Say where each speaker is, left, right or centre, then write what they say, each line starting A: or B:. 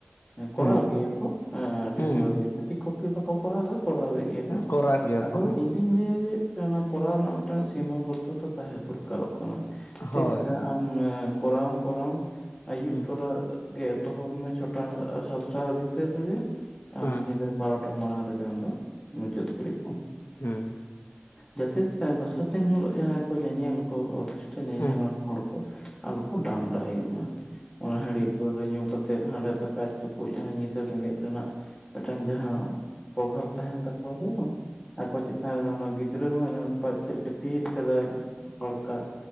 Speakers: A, on the left; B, on the left.
A: ᱦᱮᱸ ᱠᱚᱨᱟᱣ
B: ᱦᱩᱸ
A: ᱜᱮᱭᱟ ᱠᱚ ᱦᱮᱸ ᱟᱹᱰᱤ
B: ᱦᱩᱸ
A: ᱦᱚᱲ ᱜᱮ ᱪᱷᱟᱛᱤᱠ ᱠᱚᱠᱤ ᱵᱟᱠᱚ ᱠᱚᱨᱟᱣ ᱫᱟ, ᱠᱚᱨᱟᱣ ᱮᱫ ᱜᱮᱭᱟ ᱠᱚ
B: ᱠᱚᱨᱟᱣᱮᱫ ᱜᱮᱭᱟ
A: ᱟᱫᱚ
B: ᱠᱚ ᱦᱚᱸ
A: ᱤᱧᱼᱼ ᱤᱧ ᱞᱟᱹᱭᱟ ᱡᱮ ᱚᱱᱟ ᱠᱚᱨᱟᱣ ᱨᱮᱱᱟᱜ ᱢᱤᱫᱴᱟᱝ ᱥᱤᱢᱟ ᱵᱚᱫᱽᱫᱷᱚᱛᱟ ᱛᱟᱦᱮᱸ ᱫᱚᱨᱠᱟᱨᱚᱜ ᱠᱟᱱᱟ ᱪᱮᱫ
B: ᱦᱳᱭ
A: <unintelligible> ᱟᱢ ᱠᱚᱨᱟ ᱣᱟᱢᱼ ᱠᱚᱨᱟ ᱣᱟᱢ ᱟᱹᱭᱩᱵ
B: ᱦᱩᱸ
A: ᱛᱚᱨᱟ ᱜᱮ ᱮᱛᱚᱦᱚᱵ ᱢᱮ ᱪᱷᱚ ᱴᱟ ᱥᱟᱛ ᱴᱟ ᱵᱷᱤᱛᱤᱨ ᱨᱮᱜᱮ ᱟᱢ
B: ᱦᱮᱸ
A: ᱧᱤᱫᱟᱹ ᱵᱟᱨᱚᱴᱟ ᱢᱟᱲᱟᱝ ᱨᱮᱜᱮ ᱟᱢᱫᱚ ᱢᱩᱪᱟᱹᱫ ᱜᱤᱰᱤ ᱠᱟᱜ ᱢᱮ᱾
B: ᱦᱩᱸ
A: ᱡᱟᱛᱮᱫ ᱦᱮᱸ ᱫᱚᱥᱟᱨ ᱫᱤᱱ ᱦᱤᱞᱳᱜ ᱡᱟᱦᱟᱸᱭ ᱠᱚ ᱧᱮᱧᱮᱞ ᱠᱚ ᱚᱨᱠᱮᱴᱟ ᱧᱮᱧᱮᱞᱟᱱ
B: ᱦᱮᱸ ᱦᱮᱸ ᱦᱮᱸ ᱦᱮᱸ ᱦᱮᱸ ᱦᱮᱸ ᱦᱮᱸ ᱦᱮᱸ
A: ᱦᱚᱲ ᱠᱚ ᱟᱞᱚ ᱠᱚ ᱰᱟᱢ ᱰᱟᱦᱮ ᱭᱟᱜ ᱢᱟ ᱚᱱᱟ ᱦᱟᱺᱰᱤᱯᱹᱹᱹ ᱯᱟᱹᱣᱨᱟᱹ ᱧᱩ ᱠᱟᱛᱮᱫ ᱦᱟᱸᱰᱮ ᱛᱟᱠᱟᱡ ᱛᱩᱠᱩᱡ ᱚᱱᱮ ᱧᱤᱫᱟᱹ ᱵᱮᱸᱜᱮᱫ ᱨᱮᱱᱟᱜ ᱢᱮᱫᱴᱟᱝ ᱡᱟᱦᱟᱸ ᱯᱚᱨᱚᱵᱷᱟᱵ ᱛᱟᱦᱮᱸᱱ ᱛᱟᱠᱚᱣᱟ ᱦᱮᱸ ᱵᱟᱝ, ᱟᱠᱚ ᱪᱮ- ᱦᱮᱸ ᱚᱱᱟ ᱜᱤᱫᱽᱨᱟᱹ ᱦᱚᱸ ᱱᱟᱯᱟᱡ ᱪᱚᱡ ᱡᱟᱹᱯᱤᱫ ᱟᱠᱟᱫᱟᱭ ᱞᱟᱯᱟᱲᱠᱟᱜ,